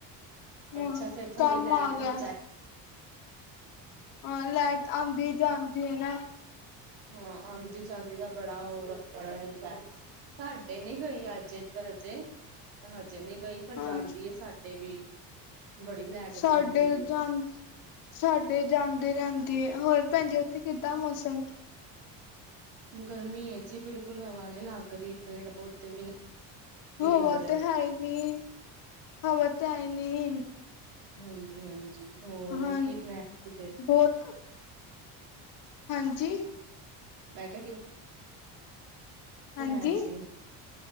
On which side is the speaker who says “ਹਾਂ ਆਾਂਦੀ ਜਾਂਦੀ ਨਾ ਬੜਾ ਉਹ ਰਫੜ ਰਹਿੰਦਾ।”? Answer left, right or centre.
Right